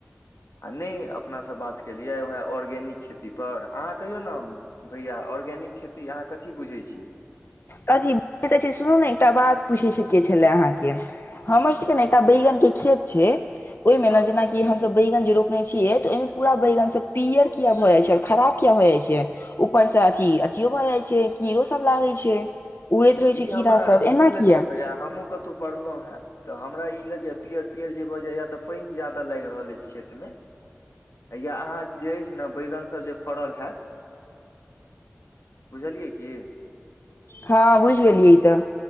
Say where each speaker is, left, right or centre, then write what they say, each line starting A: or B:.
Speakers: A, on the left (about 80°); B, on the left (about 50°).
A: आ नै अपना संब बात केलियै वहै ऑर्गेनिक खेती पर अहाँ कहियौ न भैया ऑर्गेनिक खेती अहाँ कथी बुझैत छियै।
B: कथी सुनू ने एकटा बात पूछै छै केँ छलै अहाँकेँ हमर
A: अहाँ
B: सब केँ
A: कहियौ
B: ने एकटा बैगन केँ खेत छै ओइमे
A: हँ
B: न जेना कि कि हम सब बैंगन जे रोपने छियै तऽ ओइमें पूरा बैंगन से पियर किया हो जाइ छै और खराब किया हो जाइ छै। ऊपर स अथी अथियो भऽ जाइ छै कीड़ो सभ लागै छै। उड़ैत रहै
A: ई
B: छै
A: हमरा
B: कीड़ा सब एना
A: की लगया
B: किया
A: दया हमहुँ कतहु पढ़लु है तऽ हमरा ई लगैयए पियर पियर जे भऽ जाइए तऽ पाइन ज्यादा लाइग रहल ऐछ खेत में या अहाँ जे ऐछ न बैगन सभ जे फड़ल हैत। बुझलियै की।
B: हँ बुझ गेलियै तऽ।